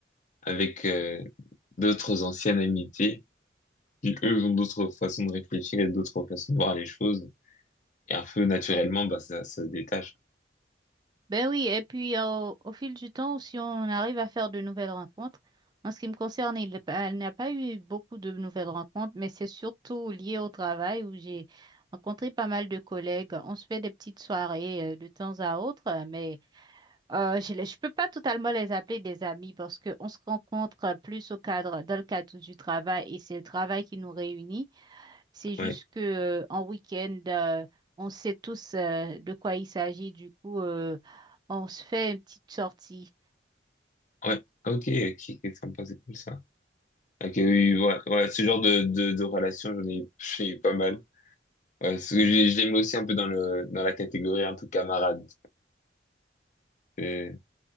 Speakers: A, on the left; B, on the right.
A: avec euh, d'autres anciennes amitiés qui eux ont d'autres façons de réfléchir et d'autres façons de voir les choses et un peu naturellement ben ça, ça se détache.
B: Ben oui, et puis euh, au fil du temps, si on arrive à faire de nouvelles rencontres, en ce qui me concerne, il, elle n'a pas eu beaucoup de nouvelles rencontres, mais c'est surtout lié au travail où j'ai rencontré pas mal de collègues. On se fait des petites soirées euh, de temps à autre, mais Euh, je les, peux pas totalement les appeler des amis parce qu'on se rencontre plus au cadre, dans le cadre du travail et c'est le travail qui nous réunit. C'est juste
A: Ouais,
B: que euh, en week-end, euh, on sait tous euh, de quoi il s'agit. Du coup, euh, on se fait une petite sortie.
A: ouais, ok, ok, c'est sympa, c'est cool ça. Ok, oui, ouais, ouais, ce genre de de, de relation j'en ai, j'ai eu pas mal. Ouais, parce que je, je les mets aussi un peu dans le dans la catégorie un peu camarade. Et